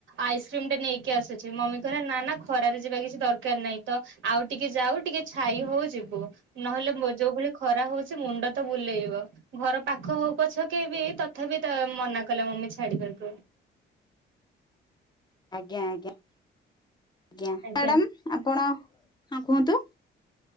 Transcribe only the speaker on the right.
ଆଇସ୍କ୍ରିମ ଟେ ନେଇକି ଆସ ଚି ମମି କହିଲା ନାନା ଖରାରେ ଯିବା କିଛି ଦରକାର ନାହିଁ ତ ଆଉ ଟିକେ ଯାଉ ଟିକେ ଛାଇ ହୋଉ ଯିବୁ। ନହେଲେ ମୋ ଯୋଉ ଭଳି ଖରା ହୋଉଛି ମୁଣ୍ଡ ତ ବୁଲେଇବ। ଘର ପାଖ ହଉ ପଛକେ ବି ତଥାପି ତ ମନା କଲା ମମି ଛାଡିବାକୁ।
ଆଜ୍ଞା